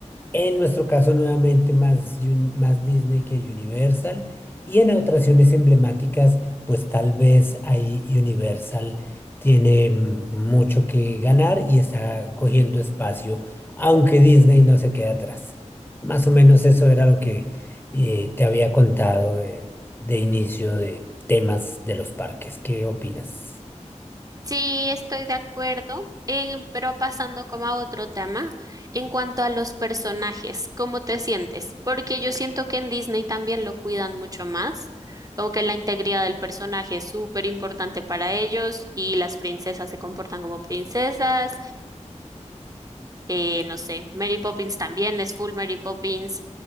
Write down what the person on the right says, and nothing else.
Sí, estoy de acuerdo, en- pero pasando como a otro tema, en cuanto a los personajes, ¿cómo te sientes? Porque yo siento que en Disney también lo cuidan mucho más, como que la integridad del personaje es súper importante para ellos y las princesas se comportan como princesas eh, no sé, Mary Poppins también es full Mary Poppins.